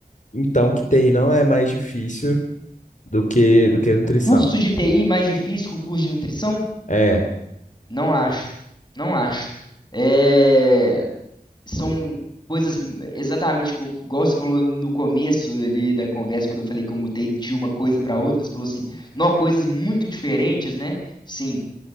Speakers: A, on the left; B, on the left.
A: então que TI não é mais difícil do que do que nutrição?
B: O curso de TI mais difícil que o curso de nutrição?
A: É,
B: Não acho. Não acho. É, São coisas exatamente igu- igual você falou no começo ali da conversa, quando eu falei que eu mudei de uma coisa para outra. Você falou assim, não, coisas muito diferentes, né? Sim,